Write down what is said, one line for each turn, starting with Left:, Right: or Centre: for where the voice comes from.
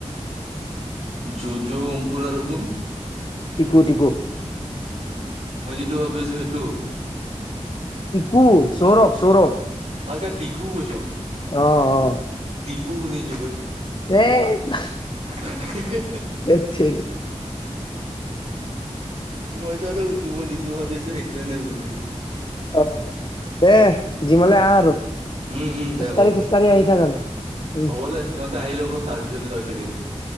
Right: যজু, অংকুৰ আৰু কোন?
Left: টিকু, টিকু
Right: মই যিটো ভাবি আছো সেইটো।
Left: টিকু সৌৰভ-সৌৰভ।
Right: আচ্ছা টিকু কৈছ
Left: অ' অ'।
Right: দীপু শুনিছোঁ বে
Left: ধেইত
Right: <unintelligible>
Left: ধেৎতেৰি।
Right: মই <unintelligible> মই যিটো ভাবি আছোঁ। সেইটোয়ে নে বুলি?
Left: অ' দে। জিমলৈ আহ আৰু।
Right: উম-উম, দে
Left: খোজকাঢ়ি
Right: হ'ব দে।
Left: খোজকাঢ়ি আহি থাক আৰু উম
Right: হ'ব দে। ইহঁতে আহি লওক ৰহ তাৰ পিছতে যাও একেলগে।